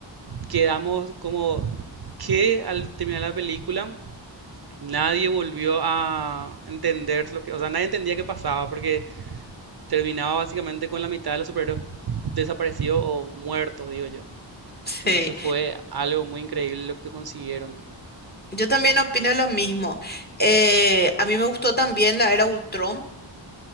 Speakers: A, on the right; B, on the left.
A: quedamos como que al terminar la película Nadie volvió a entender lo que, o sea, nadie entendía qué pasaba porque terminaba básicamente con la mitad de los superhéroes desaparecidos o muertos, digo yo.
B: sí.
A: Entonces fue algo muy increíble lo que consiguieron.
B: Yo también opino lo mismo. Eh, a mí me gustó también la era Ultron.